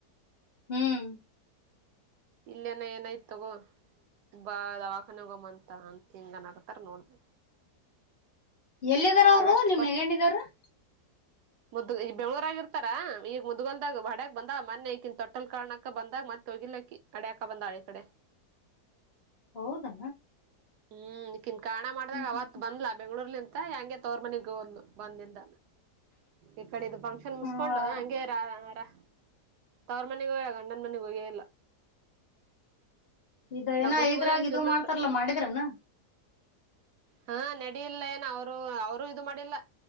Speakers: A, on the left; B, on the right.
A: ಹ್ಮ್
B: ಇಲ್ಲೇನ ಏನಾಯ್ತ್ ತಗೋ ಬಾ ದವಾಖಾನೆಗಮ್ಮ ಅಂತ ಅಂತ ಹಿಂಗನ್ಕತಾರ ನೋಡ್ಬೇಕು.
A: ಎಲ್ಲಿದರ
B: ಆಗಸ್ಟ್ ಫಸ್ಟ್
A: ಗಂಡಿದಾರರು <unintelligible>
B: ಮುದ್ ಈಗ ಬೆಂಗಳೂರ ಆಗಿರ್ತಾರ ಈಗ ಮುದ್ಗಲ್ದಾಗ ಹೊಡಾಗ ಬಂದ ಮೊನ್ನೆ ಈಕಿ ತೊಟ್ಟಲ್ ಕಾರ್ಣ ಬಂದಾಗ ಮತ್ತೆ ಹೋಗಿಲಾಕಿ ಅಡ್ಯಾಕ ಬಂದಾಳ ಈ ಕಡೆ
A: ಹೌದಾ
B: ಹ್ಮ್ ಇಕಾನ್ ಕಾಣ ಮಾಡ್ದಾಗ
A: ಹ್ಮ್
B: ಅವತ್ ಬಂದ್ಲಾ ಬೆಂಗಳೂರ್ಲಿಂತ ಹೆಂಗೆ ತೋರ್ ಮನಿಗ್ ಹೋದ್ಲು ಬಂದಿಂದ. ಈ ಕಡೆದು ಫಂಕ್ಷನ್
A: ಹ್ಮ್
B: ಮುಸ್ಕೊಂಡು ಹಂಗೆ <unintelligible> ತವರು ಮನಗ್ ಹೋಗಿ ಗಂಡನ್ ಮನೆಗ್ ಹೋಗೆ ಇಲ್ಲ.
A: ಇದ ಏನ್
B: ನಮ್ಮೂರಿಗ್
A: ಇದ್ರಾಗ
B: ಹೋಗಿಲ್ಲ
A: ಇದು ಮಾಡ್ತಾರಲ್ಲಾ ಮಾಡಿದ್ರಾನೋ
B: ಹಾ ನಡಿಲ್ಲ ಏನೊ ಅವರು ಅವರು ಇದು ಮಾಡಿಲ್ಲ